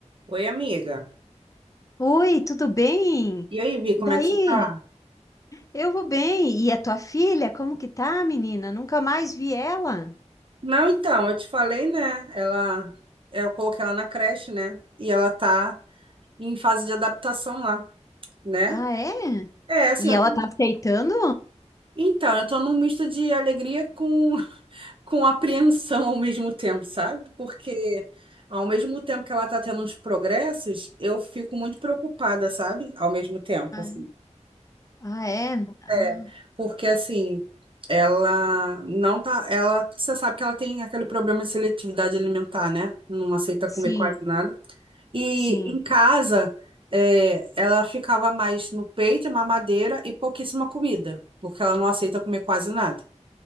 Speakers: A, on the right; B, on the left.
A: Oi, amiga.
B: Oi, tudo bem?
A: E aí, Vi,
B: Daí,
A: como é que você tá?
B: eu vou bem. E a tua filha, como que tá, menina? Nunca mais vi ela.
A: Não, então, eu te falei, né? Ela, é, eu coloquei ela na creche, né? E ela tá em fase de adaptação lá, né?
B: Ah, é?
A: É, assim,
B: E
A: eu
B: ela
A: tô...
B: tá aceitando?
A: então, eu tô num misto de alegria com, <laughs> com apreensão ao mesmo tempo, sabe? Porque ao mesmo tempo que ela tá tendo uns progressos, eu fico muito preocupada, sabe? Ao mesmo tempo,
B: Ah,
A: assim.
B: ah, é? Ah,
A: É, porque assim, ela não tá, ela, você sabe que ela tem aquele problema de seletividade alimentar, né? Não aceita
B: sim,
A: comer quase nada. E
B: sim.
A: em casa, é, ela ficava mais no peito, mamadeira e pouquíssima comida, porque ela não aceita comer quase nada.